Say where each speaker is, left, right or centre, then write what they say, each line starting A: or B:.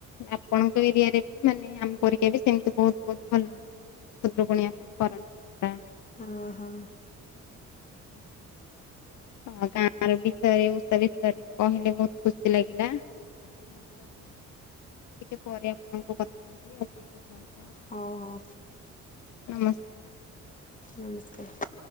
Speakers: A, on the left; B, on the left.
A: ଆପଣଙ୍କ। ଏରିଆ ରେ ବି ମାନେ ଆମ ପରିକା ବି ସେମିତି ବହୁତ ବହୁତ ଭଲରେ। ଖୁଦୁରୁକୁଣୀ ଆପଣ କରନ୍ତି ଓଷା।
B: ହଁ ହଁ।
A: <inaudible> ଓ ଗାଁ ର ବିଷୟରେ ଉଷା ବିଷୟରେ କହିଲେ ବହୁତ ଖୁସି ଲାଗିଲା। ଏ ଆପଣଙ୍କର। ଟିକେ ପରେ ଆପଣଙ୍କୁ କଥା ହେବି ଆପଣଙ୍କ ସହି
B: ହଉ ହଉ
A: ନମସ୍କାର
B: ନମସ୍କାର।